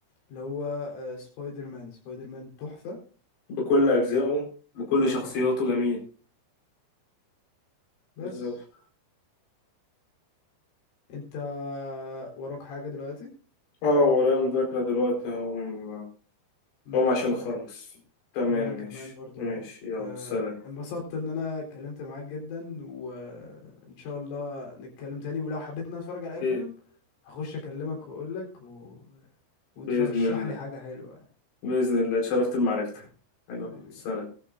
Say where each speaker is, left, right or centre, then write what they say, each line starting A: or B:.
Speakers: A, on the left; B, on the left.
A: اللي هو آه، سبايدر مان سبايدر مان تحفه
B: بكل أجزائه بكل
A: اه
B: شخصياته جميل
A: بس
B: بالظبط
A: انت وراك حاجة دلوقتي
B: اه ورايا مذاكرة دلوقتي هم
A: ماشي
B: هم عشان
A: وانا
B: خالص
A: ك...
B: تمام
A: وانا كمان
B: ماشي
A: برضه
B: ماشي
A: اهو
B: يلا
A: آه،
B: سلام
A: انبسطت ان انا اتكلمت معاك جدا وان شاء الله نتكلم تاني ولو حبيت ان أنا اتفرج على اي
B: إيه
A: فيلم هخش اكلمك واقول لك و... وترشح
B: بإذن الله
A: لي حاجة حلوة
B: بإذن الله اتشرفت بمعرفتك
A: حبيبي
B: أيوة
A: حبيبي
B: سلام